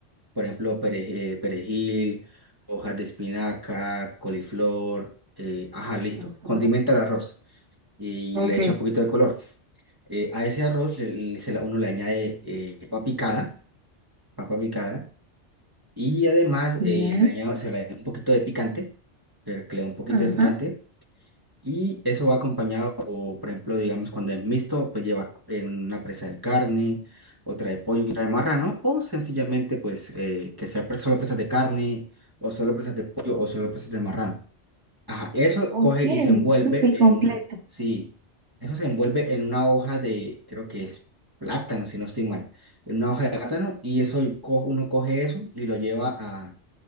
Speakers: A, on the right; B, on the right.
A: por ejemplo, pere- eh, perejil, hojas de espinaca, coliflor, eh, ajá, listo.
B: Ujú.
A: Condimenta el arroz y
B: Ok,
A: le echa un poquito de color. Eh, a ese arroz le- le- se la- uno le añade eh, papa picada, papa picada, y además
B: bien,
A: eh, le añade, se le añade un poquito de picante, pero que le da un poquito
B: ajá.
A: de picante y eso va acompañado, o, por ejemplo, digamos, cuando es mixto, pues lleva eh, una presa de carne, otra de pollo y otra de marrano, o sencillamente, pues, eh, que sea pre- solo presas de carne, o solo presas de pollo, o solo presas de marrano. Ajá, eso
B: Ok,
A: coge y se envuelve
B: súper completo.
A: en una, sí, eso se envuelve en una hoja de, creo que es plátano, si no estoy mal, en una hoja de plátano, y eso co- uno coge eso y lo lleva a,